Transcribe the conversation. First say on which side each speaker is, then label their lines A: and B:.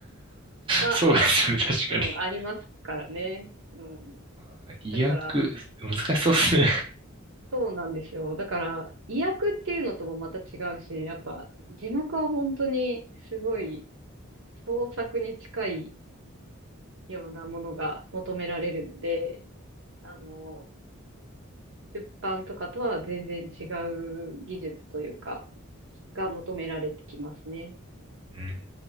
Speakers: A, on the right (about 65°); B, on the right (about 25°).
A: のは、
B: そうですよね、確かに。
A: うん、ありますからね。うん。
B: <laughs> あ意訳、
A: だから、
B: 難しそうですね。
A: そうなんですよ。だから、意訳っていうのともまた違うし、やっぱ字幕は本当にすごい創作に近いようなものが求められるので、あの、出版とかとは全然違う技術というか、が求められてきますね。
B: うん